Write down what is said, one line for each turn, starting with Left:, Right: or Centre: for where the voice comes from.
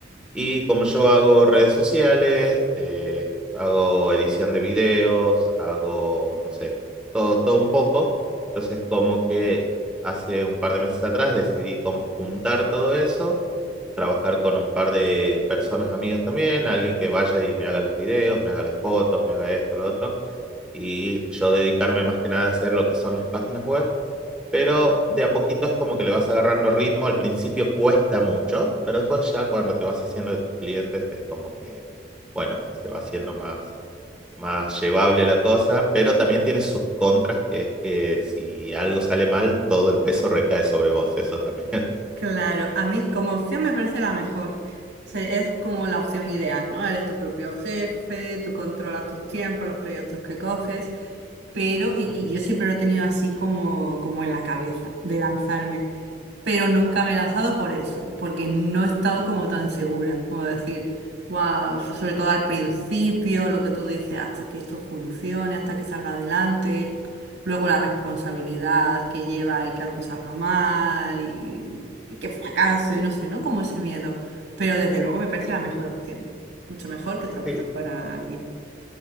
Centre: Y como yo hago redes sociales, eh, hago edición de videos, hago, no sé, todo, todo un poco, entonces como que hace un par de meses atrás decidí como juntar todo eso trabajar con un par de personas amigas también, alguien que vaya y me haga los videos, me haga las fotos, me haga esto, lo otro, y yo dedicarme más que nada a hacer lo que son las páginas web. Pero de a poquito es como que le vas agarrando ritmo. Al principio cuesta mucho, pero después ya cuando te vas haciendo de tus clientes es como que, bueno, se va haciendo más, más llevable la cosa. Pero también tiene sus contras, que es que si algo sale mal, todo el peso recae sobre vos. Eso también.
Right: Claro, a mí como opción me parece la mejor. O es como la opción ideal, ¿no? Eres tu propio jefe, tú controlas tus tiempos, los proyectos que coges, pero,
Centre: <laughs> Ujú.
Right: y, y yo siempre lo he tenido así como, como en la cabeza, de lanzarme pero nunca me he lanzado por eso, porque no he estado como tan segura, como decir, "Guau", sobre todo al principio, lo que tú dices, hasta que esto funcione, hasta que salga adelante, luego la responsabilidad que lleva el que algo salga mal y, y que fracaso y no sé, ¿no? Como ese miedo, pero desde luego me parece la mejor opción, mucho mejor que trabajar
Centre: Sí,
Right: para alguien.